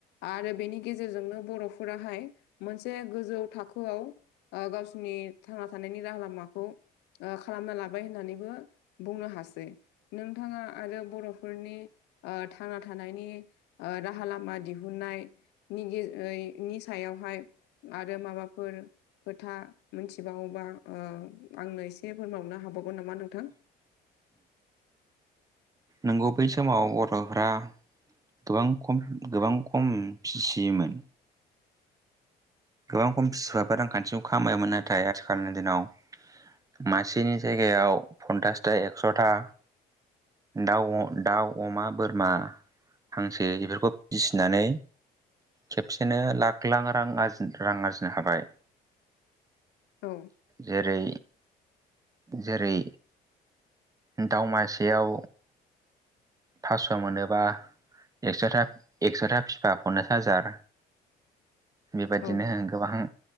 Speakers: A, on the left; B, on the right.
A: आरो बेनि गेजेरजोंनो बर'फोराहाय मोनसे गोजौ थाखो खौ गावसिरनि थांना थानायनि राहा लामाखौ ओ खालामना लाबाय होननानैबो बुंनो हासै नोंथाङा आरो बर'फोरनि ओ थांना थानायनि ओ राहा लामा दिहुननाय <unintelligible> नि सायावहाय आरो माबाफोर खोथा मिथिबावोबा आंनो एसे फोरमावनो हाबावगोन नामा नोंथां
B: नंगौ बै समाव बर'फ्रा गोबां खम गोबां खम फिसियोमोन गोबां खम बिसायफोरो रांखान्थिखौ खामायोमोन नाथाय आथिखालनि दिनाव मासेनि जायगायाव पन्सासथा एक्स'था दाउ दाउ अमा बोरमा हांसो बेफोरखौ फिसिनानै खेबसेनो लाख लाख रां आरजि रां आरजिनो हाबाय
A: औ
B: जेरै जेरै दाावमासेयाव थास' मोनोबा एकस'था एकस'था फिसाखौनो हाजार बेबायदिनो
A: औ
B: गोबां